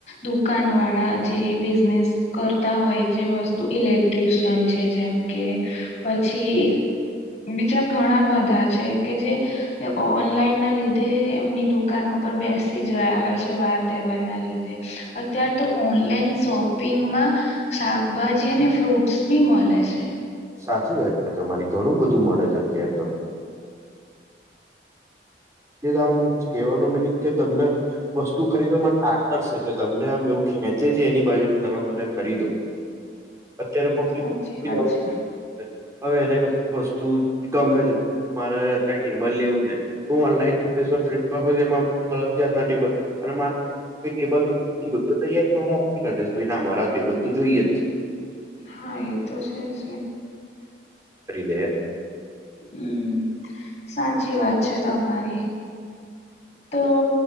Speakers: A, on the left; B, on the right.
A: દુકાન વાળા જે બિઝનેસ કરતા હોય જે વસ્તુ ઇલેક્ટ્રિશિયન છે જેમ કે પછી બીજા ઘણા બધા છેકે, જે એ ઓનલાઈન ના લીધે એમની દુકાનો પર બેસી જ રહ્યા હોય છે વાર તહેવાર ના લીધે અત્યાર તો ઓનલાઈન શોપિંગમા શાકભાજી અને ફ્રૂટ્સ બી મળે છે.
B: સાચી વાત છે તમારી ઘણું બધું મળે છે અત્યારે તો એ આમ કેવાનું મિનિંગ કે તમને વસ્તુ ખરીદવા ટાકર્સે છે તમને આ બવું ખેંચે છે એની બાજુ તમે મને ખરીદો અત્યારે પ્લ
A: સાચી વાત છે
B: હવે એને ક વસ્તુ ગમે છે, મારે્યા ટેબલ લેવું છે. હું ઓનલાઈન ફ્પ્ટ એમાં અ હ જાાત ના ટેબલ અને મા કેબલ ગુ થ ગયુ. હુ વા કરી દઈશ ભાઈ ના મારા ટેબલ તો જોઈએ, જ છે.
A: હા એ તો છેજ.
B: એ દે
A: હમ સાચી વાત છે, તમારી તો